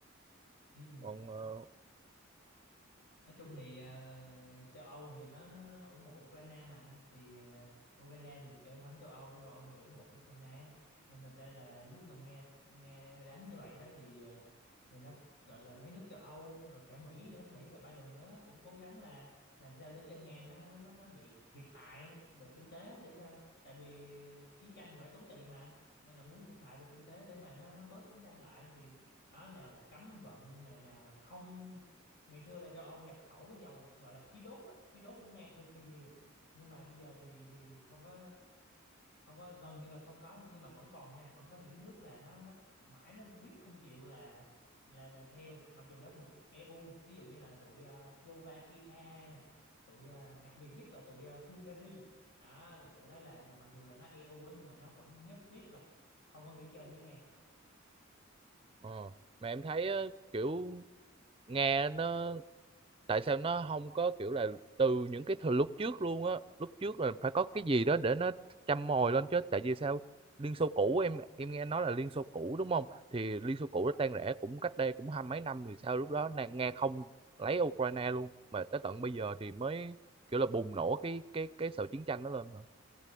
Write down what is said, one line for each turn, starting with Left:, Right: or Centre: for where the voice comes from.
Left: ừ. ừ.
Right: còn ờ,
Left: nói chung thì ờ, châu Âu thì nó, nó, nó ủng hộ Ukraine mà thì ờ, Ukraine thì chơi thống châu Âu châu Âu thì ủng hộ Ukraine nên thành ra là lúc mà Nga Nga đánh như vậy đó thì ờ, thì nó gọi là mấy nước châu Âu rồi cả Mỹ nữa Mỹ thời Biden nữa cũng cố gắng là làm sao để cho Nga nó nó nó, nó bị thiệt hại về kinh tế để cho tại vì chiến tranh thì phải tốn tiền mà nên là muốn thiệt hại về kinh tế để mà nó nó bớt chiến tranh lại thì đó nào là cấm vận này nào là không ngày xưa là châu Âu nhập khẩu dầu gọi là khí đốt á, khí đốt của Nga cực kỳ nhiều nhưng mà bây giờ thì thì không có không có gần như là không có nữa nhưng mà vẫn còn nha vẫn có những nước là nó nó mãi nó quyết không chịu là là là theo mặc dù nó thuộc EU ví dụ như là tụi ờ, Slovakia nè tụi ờ, đặc biệt nhất là tụi ờ, Hungary đó là tụi đó là là mặc dù là nó EU á nhưng mà nó vẫn nhất quyết là không có nghỉ chơi với Nga
Right: ờ, mà em thấy ờ, kiểu nghe nó tại sao nó không có kiểu là từ những cái thời lúc trước luôn á lúc trước là phải có cái gì đó để nó châm mồi lên chứ tại vì sao Liên Xô cũ em em nghe nói là Liên Xô cũ đúng không thì Liên Xô cũ nó tan rã cũng cách đây cũng hai mấy năm thì sao lúc đó Na- Nga không lấy Ukraine luôn mà tới tận bây giờ thì mới kiểu là bùng nổ cái cái cái sự chiến tranh đó lên mà